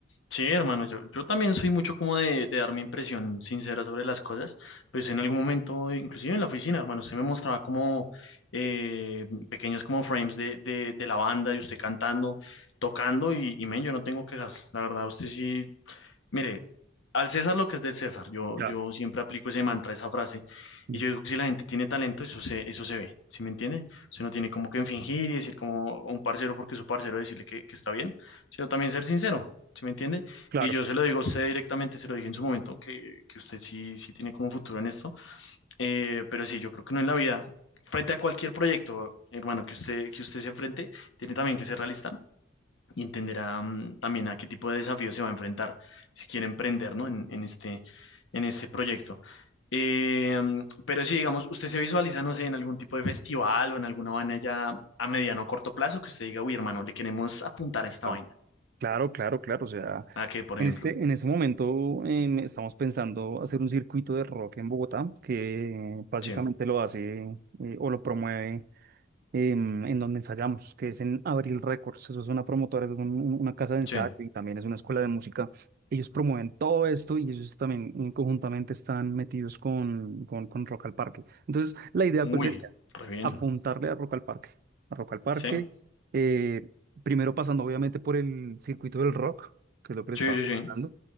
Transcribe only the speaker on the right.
Claro,
Mm,
Claro,
claro,
claro, claro, claro. O sea,
en
este, en este momento em, estamos pensando hacer un circuito de rock en Bogotá que eh, básicamente
lo hace eh, o lo promueve. em, en donde ensayamos, que es en Abril Records. Eso es una promotora, es un- un- una casa de ensayo
y también es una escuela de música. Ellos promueven todo esto y ellos también mm, conjuntamente están metidos con, con, con Rock al Parque. Entonces, la idea,
¿cuál sería?
apuntarle a Rock al Parque. A Rock al Parque,
eh, primero pasando obviamente por el circuito del rock, que es lo que le
estaba
hablando,